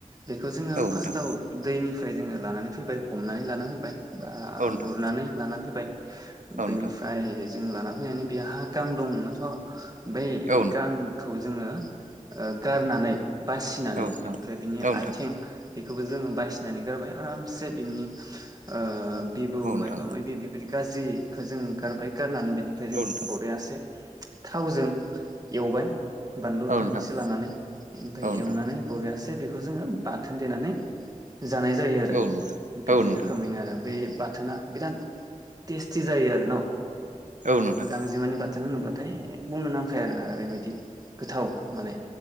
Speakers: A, on the right; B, on the right.
A: बेखौ जोंङो
B: औ नोंथां
A: फास्टआव दैनिफ्राय जोंङो लानानै फैबाय हमनानै लाना फैबाय बा
B: औ नोंथां
A: गुरनानै लाना फैबाय
B: औ
A: बेनिफ्राय
B: नोंथां
A: जों लाना फैनानै बे हा गां दं स बै
B: औ
A: गांखौ जोंङो ओ गारनानै बासिनानै
B: नोंथां
A: बेनिफ्राय बिनि
B: औ नोंथां
A: आथिं बे खौबो जोंङो बायसिनानै गारबाय आरामसे बिनि ओ बिबौ
B: औ नोंथां
A: मायबा मायबि बेबादि गाज्रिखो जों गारबाय गारनानै बेनिफ्राय जोंङो
B: औ नोंथां
A: थावजों एवबाय बानलु
B: औ
A: थाइनैसो
B: नोंथां
A: लानानै ओमफ्राय
B: औ नोंथां
A: एवनानै बरियासे बेखौ जोंङो बाथोन देनानै जानाय जायो आरो
B: औ नोंथां
A: बिदि
B: औ नोंथां
A: रोखोमैनो आरो बे बाथोना बिराद टेस्टि जायो आरो न'
B: औ नोंथां
A: गांजेमानि बाथोन होनोब्लाथाय बुंनो नांखायो आरोना ओरैबादि गोथाव माने